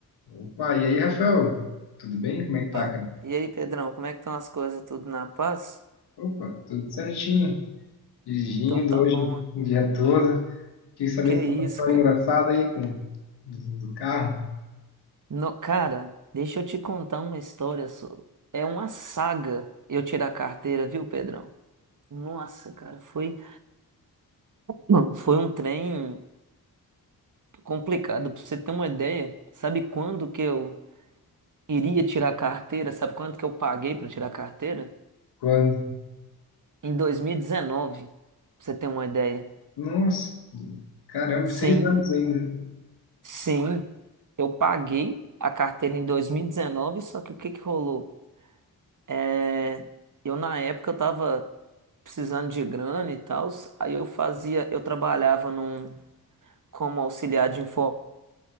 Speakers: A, on the left; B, on the right.
A: Opa, e aí, Rafael? Tudo bem? Como é que tá,
B: Opa.
A: cara?
B: E aí, Pedrão, como é que estão as coisas? Tudo na paz?
A: Opa, tudo certinho. Dirigindo
B: Então tá
A: hoje
B: bom, ó.
A: o dia todo. Queria saber
B: Que
A: se tem
B: isso,
A: uma história
B: cara.
A: engraçada aí com do, do carro.
B: No, cara, deixa eu te contar uma história, só. É uma saga eu tirar a carteira, viu, Pedrão? Nossa, cara, foi, Não. foi um trem complicado. Pra você ter uma ideia, sabe quando que eu iria tirar a carteira? Sabe quanto que eu paguei pra tirar a carteira?
A: Quando?
B: Em 2019, pra você ter uma ideia.
A: Nossa, caramba,
B: Sim.
A: seis anos ainda.
B: Sim, eu paguei a carteira em 2019, só que o que que rolou? É, eu na época eu tava precisando de grana e tal, aí eu fazia, eu trabalhava num como auxiliar de informática